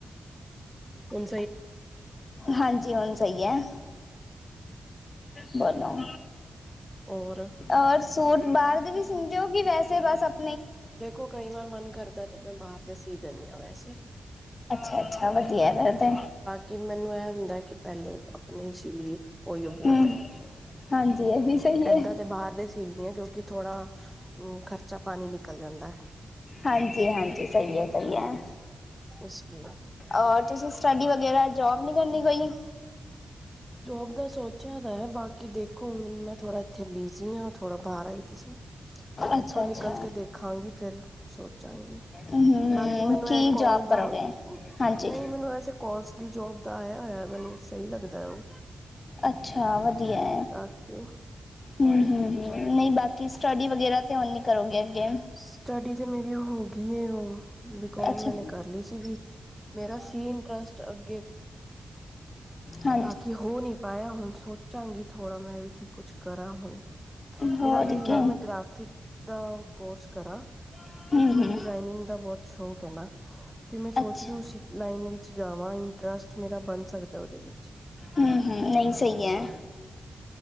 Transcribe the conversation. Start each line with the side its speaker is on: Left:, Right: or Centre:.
Centre: ਹੁਣ
Left: ਹਾਂਜੀ, ਹੋਨ ਸਈ ਹੈ, ਬੋਲੋ।
Centre: ਔਰ।
Left: ਔਰ ਸੂਟ ਬ੍ਹਾਰ ਦੇ ਵੀ ਸੀਂਦੇ ਓ? ਕਿ ਵੈਸੇ ਬਾੱਸ ਅਪ
Centre: ਦੇਖੋ ਕਈ ਵਾਰ ਮਨ ਕਰਦਾ ਤੇ ਮੈਂ ਬ੍ਹਾਰ ਦੇ ਸੀ ਦੇਨੀ ਆ ਵੈਸੇ।
Left: ਅੱਛਾ, ਵਦੀਆ ਫੇਰ ਤੇ।
Centre: ਕਿ ਮੈਨੂੰ ਏ ਹੁੰਦਾ ਕਿ ਪ੍ਹੈਲੇ ਅਪਨਾ ਈ ਸ਼ਰੀਰ ਓਈਓ ਬੋਤ
Left: ਹੂੰ
Centre: ਐ।
Left: ਹਾਂਜੀ। ਸਹੀ
Centre: ਏਦਾਂ
Left: ਹੈ।
Centre: ਤੇ ਬ੍ਹਾਰ ਦੇ ਸੀਲ ਨੀ ਐ ਕਿਉਂਕਿ ਥੋੜਾ ਖਰਚਾ ਪਾਨੀ ਨਿਕਲ ਜਾਂਦੈ।
Left: ਹਾਂਜੀ, ਹਾਂਜੀ ਸਈ ਐ, ਸਈ ਐ।
Centre: ਇਸ ਲਈ
Left: ਔਰ ਤੂਸੀ ਸਟੱਡੀ ਵਗੈਰਾ ਜੋਬ ਨੀ ਕਰਨੀ ਕੋਈ?
Centre: ਜੋਬ ਦਾ ਸੋਚੇਆ ਤਾ ਹੈ, ਬਾਕੀ ਦੇਖੋ ਹੁਨ ਮੈਂ ਥੋੜਾ ਇੱਥੇ ਬਿਜੀ਼ ਆਂ, ਥੋੜਾ ਬਾਹਰ ਆਈ ਦੀ ਸੀ। ਐਥੋਂ
Left: ਅੱਛਾ-ਅੱਛਾ
Centre: ਨਿਕਲ ਕੇ ਦੇਖਾਂਗੀ ਫੇਰ ਸੋਚਾਂਗੀ
Left: ਹੂੰ
Centre: ਬਾਕੀ ਮੈਨੂੰ
Left: ਕੀ
Centre: ਐ ਕੋਲ
Left: ਜੋਬ
Centre: ਦਾ,
Left: ਕਰੋਗੇ? ਹਾਂਜੀ
Centre: ਨਹੀਂ ਮੈਨੂੰ ਵੈਸੇ ਕੋਲਸ ਦੀ ਜੋਬ ਦਾ ਆਏਆ ਹੋਏਆ ਮੈਨੂੰ ਸਈ ਲੱਗਦੈ ਓ।
Left: ਅੱਛਾ, ਵਦੀਐ।
Centre: ਬਾਕੀ
Left: ਹੂੰ, ਹੂੰ ਨਹੀ ਬਾਕੀ ਸਟੱਡੀ ਵਗੈਰਾ ਤੇ ਹੁਨ ਨੀ ਕਰੋਗੇ? ਅੱਗੇ?
Centre: ਸਟੱਡੀ ਤੇ ਮੇਰੀ ਹੋਗੀ ਏ ਓ। ਬੀਕੋਮ
Left: ਅੱਛਾ
Centre: ਮੈਨੇ ਕਾਰ ਲੀ ਸੀਗੀ, ਮੇਰਾ ਸੀ ਇੰਟਰਸਟ ਅੱਗੇ
Left: ਹਾਂ
Centre: ਬਾਕੀ ਹੋ ਨੀ ਪਾਏਆ ਹੁਨ ਸੋਚਾਂਗੀ ਥੋੜਾ ਮੈਂ ਵੀ ਕਿ ਕੁਛੱ ਕਰਾਂ ਹੁਨ।
Left: ਹੋਰ
Centre: ਮੇਰਾ ਦਿਲ
Left: ਅੱਗੇ
Centre: ਐ, ਮੈਂ ਗ੍ਰਾਫਿਕ ਦਾ ਕੋਰਸ ਕਰਾਂ,
Left: ਹੂੰ-ਹੂੰ
Centre: ਕਿਉਂਕਿ ਮੈਨ ਡਿਜ਼ਾਇਨਿੰਗ ਦਾ ਬੋਤ ਸ਼ੌਂਕ ਹੈ ਨਾ। ਫਿਰ ਮੈਂ ਸੋਚ
Left: ਅੱਛਾ
Centre: ਰੀ ਉਸੀ ਲਾਈਨ ਵਿੱਚ ਜਾਵਾਂ ਇੰਟਰਸਟ ਮੇਰਾ ਬਨ ਸਕਦਾ ਓਦੇ ਵਿੱਚ।
Left: ਹੂੰ, ਹੂੰ ਨਹੀਂ ਸਈ ਐ,